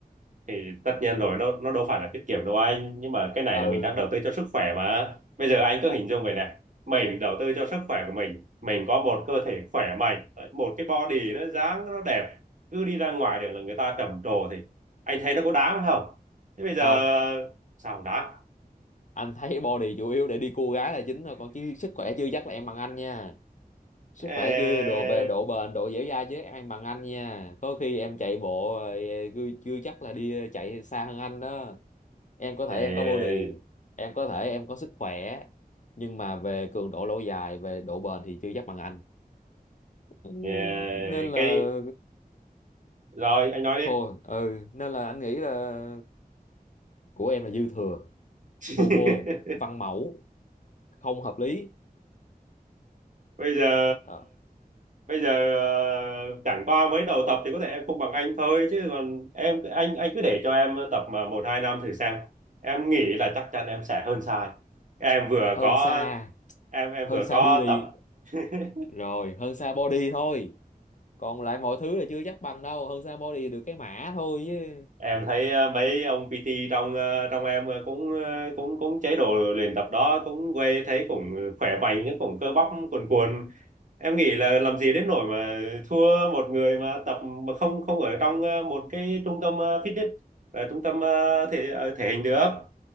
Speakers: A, on the right (about 55°); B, on the left (about 55°).
A: thì tất nhiên rồi nó nó đâu phải là tiết kiệm đâu anh nhưng mà cái này
B: ừ
A: là mình đang đầu tư cho sức khỏe mà bây giờ anh cứ hình dung vậy nè mình đầu tư cho sức khỏe của mình mình có một cơ thể khỏe mạnh một cái body nó dáng nó đẹp cứ đi ra ngoài đường là người ta trầm trồ thì anh thấy nó có đáng không thế bây
B: không
A: giờ sao không đáng
B: anh thấy body chủ yếu để đi cua gái là chính thôi còn chứ sức khỏe chưa chắc là em bằng anh nha sức khỏe
A: Ê,
B: chưa đồ về độ bền độ dẻo dai chứ em bằng anh nha có khi em chạy bộ ờ, chưa chưa chắc là đi ờ, chạy xa hơn anh đó em có thể
A: ê,
B: em có body em có thể em có sức khỏe nhưng mà về cường độ lâu dài về độ bền thì chưa chắc bằng anh Ừ,
A: ê,
B: nên là
A: cái rồi anh nói đi
B: thôi ừ nên là anh nghĩ là của em là dư thừa
A: <laughs>
B: phô mô văn mẫu không hợp lý
A: bây giờ
B: Đó.
A: bây giờ ờ, chẳng qua mới đầu tập thì có thể em không bằng anh thôi chứ còn em anh anh cứ để cho em tập mà một hai năm thử xem em nghĩ là chắc chắn em sẽ hơn sai em vừa
B: hơn
A: có
B: xa
A: em em
B: hơn
A: vừa
B: xa
A: có
B: beauty
A: tập <laughs>
B: rồi hơn xa body thôi còn lại mọi thứ là chưa chắc bằng đâu hơn xa body được cái mã thôi chứ
A: em thấy ờ, mấy ông PT trong ờ, trong em ờ, cũng ờ, cũng cũng chế độ luyện tập đó cũng quay thấy cũng khỏe mạnh cũng cơ bắp cuồn cuộn em nghĩ là làm gì đến nỗi mà thua một người mà tập mà không không ở trong ờ, một cái trung tâm ờ, fitness ờ, trung tâm ờ, thể ờ, thể hình được